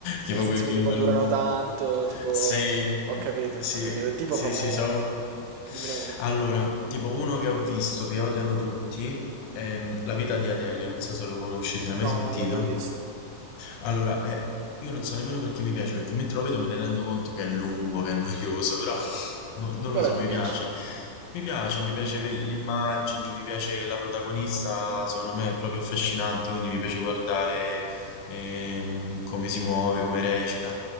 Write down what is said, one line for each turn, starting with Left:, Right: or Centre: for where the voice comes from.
Left: tipo
Right: Nel senso
Left: quei film
Right: che tipo durano
Left: lunghi
Right: tanto, tipo...
Left: sì,
Right: Ho capito,
Left: sì,
Right: ho capito. Tipo
Left: sì,
Right: fammene...
Left: sì, so.
Right: f- Dimmene uno.
Left: Allora, tipo uno che ho visto che odiano tutti è mm, La vita di Adele, non so se lo conosci, se l'hai mai
Right: No,
Left: sentito.
Right: non l'ho mai visto.
Left: Allora, eh, io non so nemmeno perché mi piace, perché mentre lo vedo me ne rendo conto che è lungo, che è noioso, però <laughs> no- non lo
Right: Però
Left: so,
Right: ti
Left: mi piace.
Right: piace.
Left: Mi piace, mi piace ved- le immagini, mi piace la protagonista, secondo me è proprio affascinante, quindi mi piace guardare ehm, come si muove, come recita.